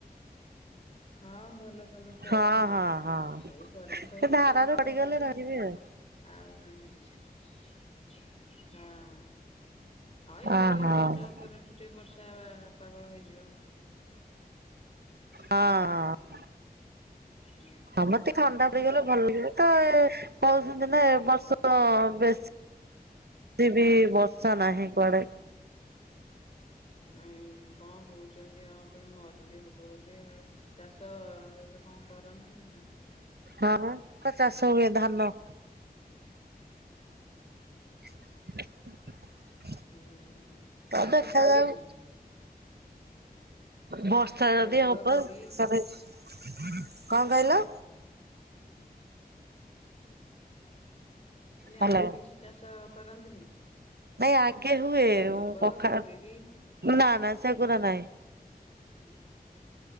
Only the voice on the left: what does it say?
ହଁ ଭଲ ସମସ୍ତେ
ଅଛନ୍ତି
ଏଇ ଗରମ ପାଇଁ
ଟିକେ
ଇଏ
ଲାଗୁଛି।
ଆଉ ନହେନେ କିଛି ନାହିଁ ହଁ ହଁ ଏବେ
ଏଇ
ରଜ ପରଠୁ ଟିକେ ବର୍ଷା ପାଗ ହେଇଯିବ।
ହୁଁ।
ନାଇଁ କଣ କୋହୁଚନ୍ତି ହଁ ପୁଣି ମରୁଡି ହବ ବୋଲି ଆଉ। ଚାଷ ବାସ କଣ କରନ୍ତି ନା ନାଁ?
ହୁଁ।
ଆଉ
କିଛି ଚାଷ ନାହିଁ
ମୁଗ
ବିରି
ଏନେ
ଆଉ କିଛି ଚାଷ କରନ୍ତିନି?
ମୁଗ
କି ବିରି
ହୁଁ।